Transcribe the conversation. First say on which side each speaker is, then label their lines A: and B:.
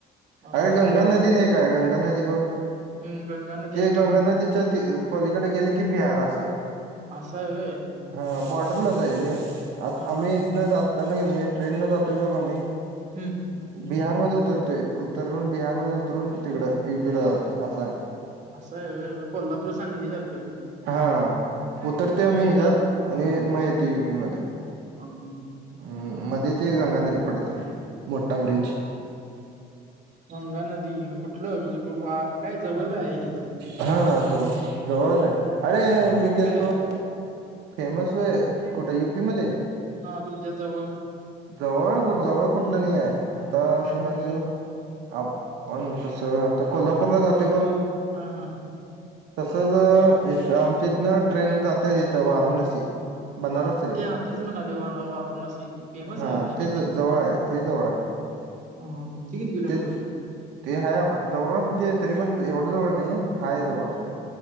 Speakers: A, on the right (about 45°); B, on the right (about 85°).
A: हा
B: अरे
A: हा
B: गंगा
A: बॉर्डर
B: नदी नाही का? का गंगा नदी बघ
A: हम्म गंगा नदी
B: ते
A: आहे की
B: गंगा
A: हा.
B: नदीत छ पलीकडे गेले की बिहार असं.
A: असं आहे होय.
B: हा बॉर्डरला जा आहे रे आता
A: हा
B: आम्ही
A: हा हा
B: इथनं
A: हा.
B: जाताना नाही ट्रेनला जातोय बघ आम्ही
A: हम्म
B: बिहारमध्ये उतरते उतरून बिहारमध्ये उतरून तिकडं युपीला जाते असं आहे.
A: असं आहे होय. मग कोल्हापूर सांगली सारखं.
B: हा उतरते
A: हा
B: मी
A: हा.
B: हयाचत आणि मग येते युपी मध्ये
A: ह हम ह.
B: हम्म मध्ये ते गगा नदी पडते मोठा ब्रिज
A: गंगा नदी कुठलं म्हणजे वा काय जवळ काय आहे तिथं
B: हा
A: फेमस असं
B: जवळ काय? अरे मी गेलतो
A: आहे
B: फेमस वय कुठे युपी मध्ये?
A: हा तुमच्या जवळ
B: जवळ कुठं जवळ कुठलं नाही आहे आता
A: काय
B: समज
A: नाही वे
B: आप पण कसं आता कोल्हापूरला जातोय बघ?
A: हा हा.
B: तसच आमच्या इथं इथनं ट्रेन जाते इथं वाराणसी बनारस
A: हा
B: रे
A: ते तेच म्हणाले वा वाराणसी फेमस
B: हा
A: आहे काय किती
B: ते ज जवळ आहे ते जवळ आहे.
A: हम्म हम्म ती किती किलो
B: ते
A: मीटर आहे?
B: ते हाय जवळ म्हणजे तरी पण एवढं जवळ नाही हाय जवळ खरं.